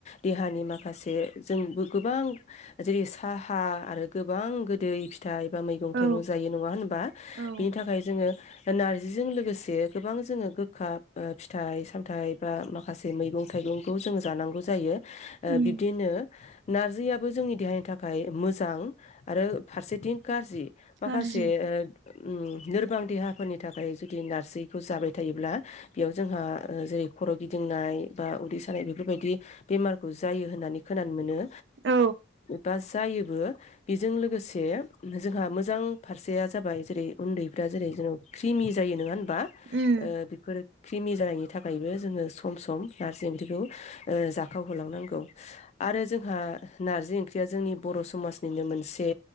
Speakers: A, on the left; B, on the right.
A: देहानि माखासे जों गोबां जेरै साहा आरो गोबां गोदै फि थाइ एबा मैगं
B: औ
A: थाइगं जायो नङा होनबा
B: औ
A: बिनि थाखाय जोङो नारजिजों लोगोसे गोबां जोङो गोखा ओ फिथाइ सामथाइ बा माखासे मैगं थाइगंखौ जोङो जानांगौ जायो ओ
B: उम
A: बिब्दिनो नारजियाबो जोंनि देहानि थाखाय मोजां आरो फारसेथिं गाज्रि माखासे
B: गाज्रि
A: ओ ओम लोरबां देहाफोरनि थाखाय जुदि नार्जिखौ जाबाय थायोब्ला बेयाव जोंहा जेरै खर' गिदिंनाय बा उदै सानाय बेफोरबायदि बेमारखौ जायो होननानै खोनानो मोनो
B: औ
A: ओ बास जायोबो बेजों लोगोसे जोंहा मोजां फारसेया जाबाय जेरै उन्दैफ्रा जेरै जोंनाव क्रिमि जायो नङा होन बा
B: उम
A: ओ बेफोरो क्रिमि जानायनि थाखायबो जोङो सम सम नारजि ओंख्रिखौ ओ जाखावहोलांनांगौ आरो जोंहा नारजि ओंख्रिया जोंनि बर' समाजनिनो मोनसे